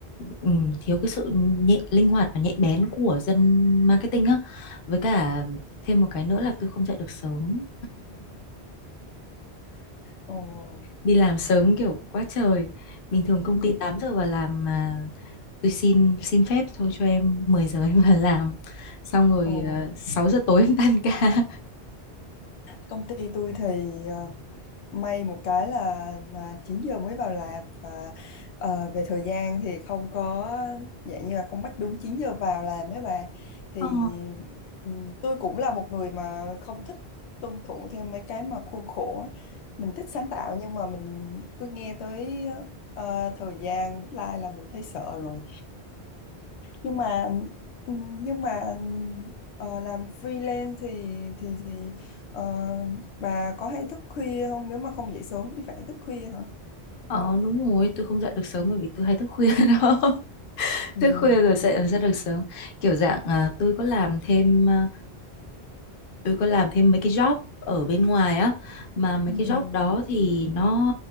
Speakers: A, on the left; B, on the left.
A: ừm, thiếu cái sự nhạy, linh hoạt và nhạy bén của dân marketing á với cả thêm một cái nữa là tôi không dậy được sớm
B: Ồ.
A: đi làm sớm kiểu quá trời bình thường công
B: Ừm.
A: ty 8 giờ vào làm mà tôi xin xin phép thôi cho em 10 giờ em vào làm xong rồi
B: Ồ.
A: uh, 6 giờ tối em tan ca
B: Công ty tôi thì ờ, May một cái là, là 9 giờ mới vào làm và ờ, về thời gian thì không có dạng như là không bắt đúng 9 giờ vào làm mấy bà thì
A: Ờ.
B: ừ, tôi cũng là một người mà không thích tuân thủ theo mấy cái mà khuôn khổ á. mình thích sáng tạo nhưng mà mình cứ nghe tới ờ, thời gian deadline là mình thấy sợ rồi nhưng mà ừ, nhưng mà ờ, làm freelance thì thì thì ờ, bà có hay thức khuya không nếu mà không dậy sớm thì phải thức khuya hả
A: Ờ đúng rồi, tôi không dậy được sớm bởi vì tôi hay thức khuya <laughs> đó.
B: Ừm,
A: Thức khuya rồi
B: vậy
A: sẽ
B: thì
A: dậy
B: cũng
A: làm sao được sớm. Kiểu dạng à, tôi có làm thêm à, tôi có làm thêm mấy cái job ở bên ngoài á mà mấy
B: ừm,
A: cái job đó thì nó